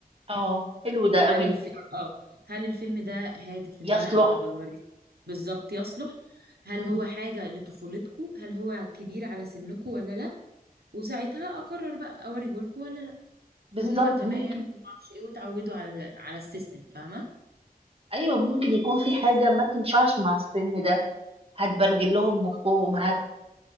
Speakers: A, on the right; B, on the right.
A: اه حلو ده قوي
B: هل الف... اه هل الفيلم ده هادف ان
A: يصلح
B: انا ابقى بوريه بالظبط يصلح هل
A: مم.
B: هو حاجة لطفولتكو هل هو كبير على سنكو ولا لا وساعتها اقرر بقى اوريه لكم ولا لا
A: بالظبط
B: وهم تمام
A: ممكن
B: وما اعرفش ايه وتعودوا على ال- على السيستم فاهمة
A: ايوه ممكن يكون في حاجه ما تنفعش مع السن ده هتبرجل لهم مخهم هت